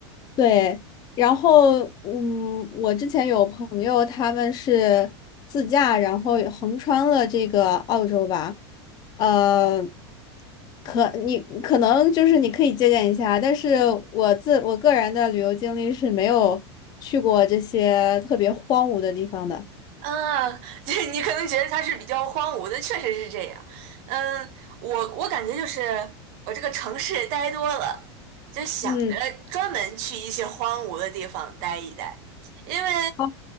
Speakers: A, on the left; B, on the right.
A: 对，然后嗯，我之前有朋友他们是自驾，然后横穿了这个澳洲吧，呃，可你可能就是你可以借鉴一下，但是我自我个人的旅游经历是没有去过这些特别荒芜的地方的。
B: 啊，<laughs> 对，你可能觉得它是比较荒芜的，确实是这样。嗯，我我感觉就是我这个城市待多了，就想着专门去一些荒芜的地方待一待，
A: 嗯
B: 因为
A: 好，